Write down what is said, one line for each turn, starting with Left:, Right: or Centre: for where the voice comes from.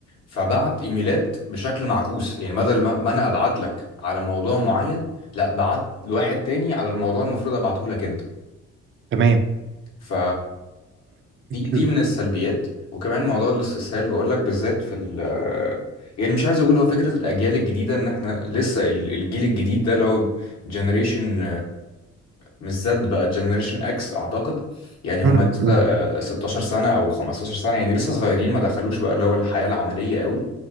Left: فبعت ايميلات بشكل معكوس يعني بدل ما ما انا ابعت لك على موضوع معين لا بعت لواحد تاني على الموضوع المفروض ابعته لك انت
Right: تمام
Left: ف دي دي
Right: مم.
Left: من السلبيات وكمان موضوع الاستسهال بقول لك بالذات في ال يعني مش عايز اقول هو فكره الاجيال الجديده ان احنا لسه ال- الجيل الجديد ده اللي هو جنريشن مش زد بقى جنريشن اكس اعتقد يعني
Right: مم.
Left: هم لسه آه، 16 سنه او 15 سنه يعني لسه صغيرين ما دخلوش بقى اللي هو الحياه العمليه قوي